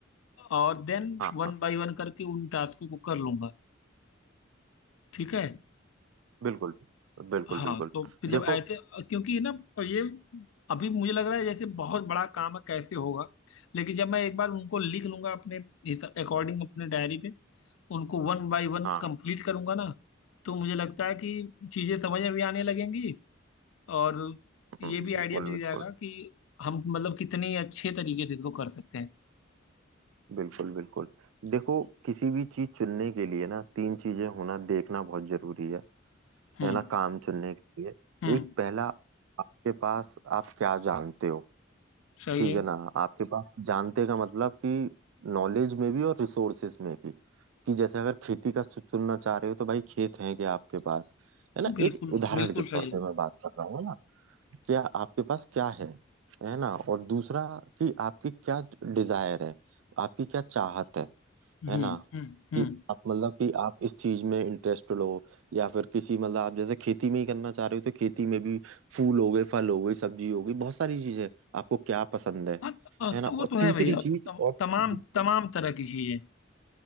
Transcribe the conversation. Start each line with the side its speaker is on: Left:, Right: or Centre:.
Left: और देन
Right: हाँ
Left: वन
Right: हाँ
Left: बाय वन करके उन टास्कों को कर लूंगा ठीक है
Right: बिल्कुल बिल्कुल
Left: हाँ
Right: बिल्कुल
Left: तो फिर जब
Right: देखो
Left: ऐसे क्योंकि ना तो ये अभी मुझे लग रहा है जैसे बहुत बड़ा काम है कैसे होगा लेकिन जब मैं एक बार उनको लिख लूंगा अपने इस अकॉर्डिंग अपने डायरी पे उनको वन बाय वन
Right: हाँ
Left: कंप्लीट करूंगा ना तो मुझे लगता है कि चीजें समझ में भी आने लगेंगी और ये
Right: हम्म,
Left: भी
Right: बिल्कुल
Left: आइडिया मिल
Right: बिल्कुल
Left: जाएगा कि हम मतलब कितने अच्छे तरीके से इसको कर सकते हैं
Right: बिल्कुल बिल्कुल देखो किसी भी चीज चुनने के लिए ना तीन चीजें होना देखना बहुत जरूरी है
Left: हम्म
Right: है ना काम चुनने के लिए
Left: हम्म
Right: एक पहला आपके पास आप क्या जानते हो
Left: सही
Right: ठीक
Left: है
Right: है ना आपके पास जानते का मतलब कि नॉलेज में भी और रिसोर्सेस में भी कि जैसे अगर खेती का चु- चुनना चाह रहे हो तो भाई खेत हैं क्या आपके पास है ना
Left: बिल्कुल
Right: एक उदाहरण
Left: बिल्कुल
Right: के तौर
Left: सही है
Right: पे मैं बात कर रहा हूँ है ना क्या आपके पास क्या है है ना और दूसरा कि आपकी क्या डिजायर है आपकी क्या चाहत है
Left: हम्म
Right: है ना
Left: हम्म
Right: कि
Left: हम्म
Right: आप मतलब कि आप इस चीज में इंटरेस्टेड हो या फिर किसी मतलब आप जैसे खेती में ही करना चाह रहे हो तो खेती में भी फूल हो गए फल हो गई सब्जी हो गई बहुत सारी चीजें आपको क्या पसंद है
Left: हाँ अ,
Right: है ना
Left: तो वो
Right: और
Left: तो है
Right: तीसरी
Left: भैया तो
Right: चीज
Left: तम,
Right: और बिल्कुल
Left: तमाम
Right: बिल्कुल।
Left: तमाम तरह की चीजें